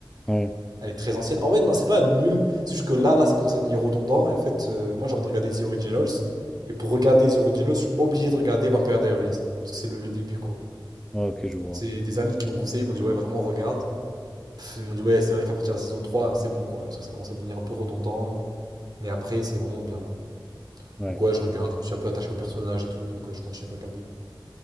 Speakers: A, in the centre; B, on the right (about 50°).
A: Ouais,
B: Elle est très ancienne. En vrai, non, c'est pas nul. C'est juste que là, là, ça commence à devenir redondant. Et en fait, euh, moi, j'ai envie de regarder The Originals. Et pour regarder The Originals, je suis obligé de regarder Vampire Diaries. Parce que c'est le, le début, quoi.
A: ouais, ok, je vois.
B: C'est des amis qui m'ont conseillé. Ils m'ont dit, ouais, vraiment, regarde. Pff, ils m'ont dit, ouais, c'est vrai qu'à partir de la saison 3, c'est bon, quoi. Parce que ça commence à devenir un peu redondant. euh, mais après, c'est vraiment bien, quoi.
A: Ouais.
B: Donc, ouais, je regarde. Je suis un peu attaché au personnage et tout. Donc, euh, je continue de regarder.